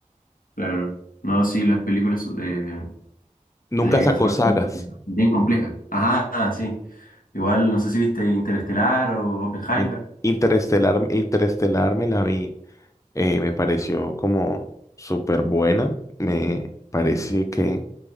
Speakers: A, on the left (about 85°); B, on the left (about 20°).
A: claro. No, sí, las películas de,
B: Nunca
A: de
B: sacó
A: Christopher
B: sagas.
A: Nolan, bien complejas. Ajá, ah, sí. Igual, no sé si viste Interestelar o Oppenheimer.
B: In- Interestelar, Interestelar me la vi. eh, me pareció como súper buena. Me parece que,